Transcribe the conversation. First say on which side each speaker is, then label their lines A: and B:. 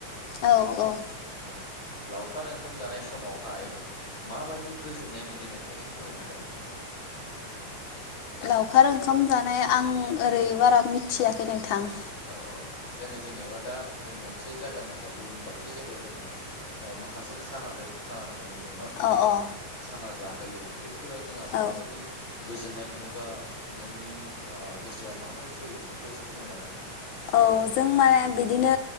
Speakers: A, on the left; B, on the left.
A: औ औ
B: औ। लावखार ओं खाम जानाय समावहाय माबायदि गोजोननाय मोनो नोंथाङा एसे फोरमायनो हागोन ना।
A: लावखार ओंखाम जानाय आं ओरै बारा मिथियाखै नोंथां।
B: औ औ जोङो जेनेबा दा जों मोनसे जायगानिफ्राय गुबुन दाबसे जायगायाव जोङो ओ माखासे खाना जायखौ खाना होनानै। बुङो न
A: अ अ
B: खाना जा। थायो बै। फोराव जोंहा माबायदि
A: औ
B: गोजोननाय। मोनोबा नोंनि ओ गोसोआ माबायदि जायो बेफोरखौ एसे फोरमायनो हागोन।
A: औ जों माने बिदिनो